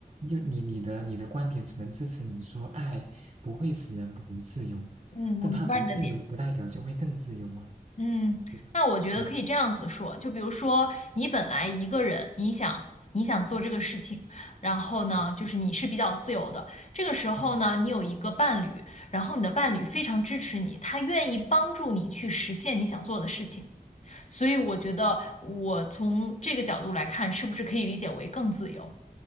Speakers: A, on the right; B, on the left.
A: 就你你的你的观点只能支持你说爱不会使人不自由，
B: 嗯，
A: 但它不自由不代表就会更自由啊，
B: 我明白你的点。嗯，
A: 对吧？
B: 那我觉得可以这样子说，
A: 嗯
B: 就比如说你本来一个人，你想你想做这个事情，然后呢，
A: 嗯
B: 就是你是比较自由的，这个时候呢，
A: 嗯，
B: 你有一个伴侣，然后你的伴侣非常支持你，他愿意帮助你去实现你想做的事情，所以我觉得我从这个角度来看，是不是可以理解为更自由？